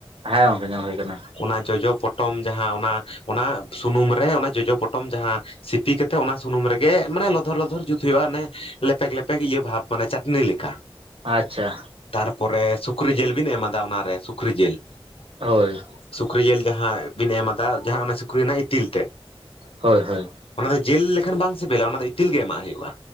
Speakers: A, on the right; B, on the left.
A: ᱦᱮᱸ ᱜᱚᱝᱠᱮ ᱧᱮᱞ ᱦᱩᱭ ᱟᱠᱟᱱᱟ।
B: ᱚᱱᱟ ᱡᱚᱡᱚ ᱯᱚᱴᱚᱢ ᱡᱟᱦᱟᱸ ᱚᱱᱟ ᱚᱱᱟ ᱥᱩᱱᱩᱢ ᱨᱮ ᱚᱱᱟ ᱡᱚᱡᱚ ᱯᱚᱴᱚᱢ ᱡᱟᱦᱟᱸᱼᱼ ᱥᱤᱯᱤ ᱠᱟᱛᱮᱜ ᱚᱱᱟ ᱥᱩᱱᱩᱢ ᱨᱮᱜᱮᱼᱼ ᱢᱟᱱᱮ ᱞᱚᱫᱷᱚᱨ ᱞᱚᱫᱷᱚᱨ ᱡᱩᱛ ᱦᱩᱭᱩᱜᱼᱟ ᱞᱮᱯᱮᱠ ᱞᱮᱯᱮᱠ ᱤᱭᱟᱹ ᱵᱷᱟᱵ ᱚᱱᱮ ᱪᱟᱴᱱᱤ ᱞᱮᱠᱟ᱾
A: ᱟᱪᱪᱷᱟ᱾
B: ᱛᱟᱨᱯᱚᱨᱮ ᱥᱩᱠᱨᱤ ᱡᱤᱞ ᱵᱤᱱ ᱮᱢᱟᱫᱟ ᱚᱱᱟᱨᱮ ᱥᱩᱠᱨᱤ ᱡᱤᱞ᱾
A: ᱦᱳᱭ᱾
B: ᱥᱩᱠᱨᱤ ᱡᱤᱞ ᱡᱟᱦᱟᱸ ᱵᱤᱱ ᱮᱢᱟᱫᱟ ᱡᱟᱦᱟᱸ ᱚᱱᱟ ᱥᱩᱠᱨᱤ ᱨᱮᱱᱟᱜ ᱤᱛᱤᱞ ᱛᱮᱫ᱾
A: ᱦᱳᱭ ᱦᱳᱭ᱾
B: ᱚᱱᱟ ᱫᱚ ᱡᱤᱞ ᱞᱮᱠᱷᱟᱱ ᱵᱟᱝ ᱥᱤᱵᱤᱞᱟ ᱚᱱᱟ ᱫᱚ ᱤᱛᱤᱞ ᱜᱮ ᱮᱢᱟᱜ ᱦᱩᱭᱩᱜᱼᱟ᱾